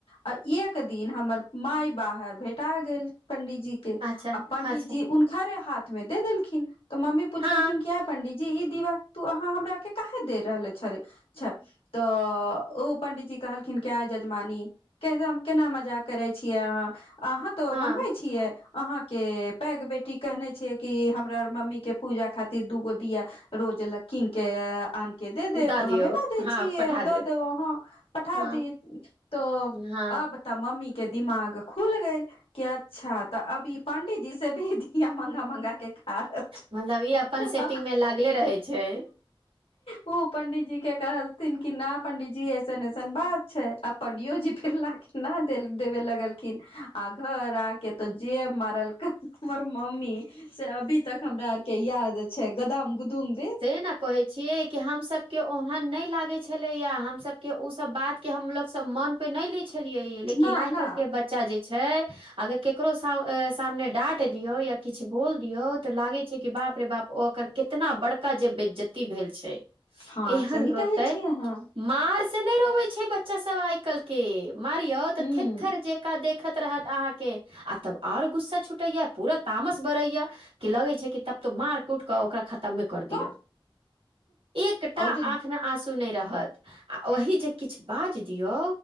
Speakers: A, on the left; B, on the right.
A: आ एक दिन हमर माय बाहर भेटा गेल पंडीजी
B: अच्छा
A: पंडितजी
B: अच्छा
A: हुनकरे हाथ मे दे देलखिन तऽ मम्मी पुछलखिन
B: हँ
A: कि ऐअ पंडितजी जी ई दिवाल तू अहाँ हमरा के के काहाॅं दे रहले छे छै तऽ ओ पंडीजी कहलखिन क्य यजमानी के केना मजा करै छियै अहाँ अहाँ तो
B: हँ
A: मँगबै छियै अहाँ के पैघ बेटी कहने छियै कि हमरार मम्मीके पूजा खातिर दुूगो दिआ रोज ल कीन के आन के दे देब
B: दऽ
A: तऽ
B: दियौ
A: हमे न दे
B: हँ
A: छियै
B: पठा
A: द देब वहाँ पठा
B: हँ
A: दिय त
B: हँ
A: अब तऽ मम्मी के दिमाग खुल गेल कि अच्छा तऽ अब ई पण्डितजी से भी दिया मंगा मंगा के खाय
B: मतलब ई अपन सेटिंग
A: आ
B: मे लागले रहै छै
A: ओ पंडितजी के कहल न क ना पंडीजी ऐसन ऐसन बात छै आ पंडियो जी फरना के न देेल देबे लगल आ घर आ के तऽ जे म हमर मम्मी से अभी तक हमरा आर के याद छै गदाम गुदम
B: से न कहै छियै कि हम सब के ओहन नहि लागै छलैया हम सब के उ सब बात के हमलोग सब मन पे नै ले छलियै ये लेकिन
A: न
B: आइ
A: न
B: काल्हि के बच्चा जे छै अगर केकरो सामने डाँट दियौ या किछु बोल दियऔ तऽ लागै छै कि बाप रे बाप ओ ओकर कितना बड़का जे बेइज्जती भेल छै
A: हँ
B: एहन
A: सही
B: रोते
A: कहै छी अहाँ
B: मार से नहि रोवे छै बच्चा सब आइ कालिह के मारिय तऽ
A: हूँ
B: थेथर जेका देख देख रहत अहाँके आ तब आओर गुस्सा छुटैया पूरा तामस बरैया कि लगे छै कि तब तो मार कूट कऽ ओकरा खतम मे कर
A: तऽ
B: दिअ एकटा
A: ओ जे
B: आँखमे आंसू सुने रहत आ ओहि जे किछु बाज दियौ